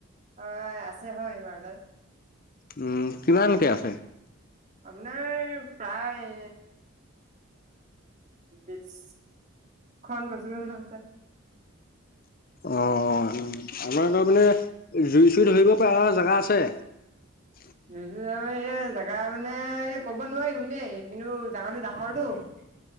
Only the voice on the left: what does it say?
উম কিমানকে আছে?
অ-অ <inaudible> আমাৰ গাঁৱত মানে জুই-চুই ধৰিব পৰা আও জেগা আছে <unintelligible>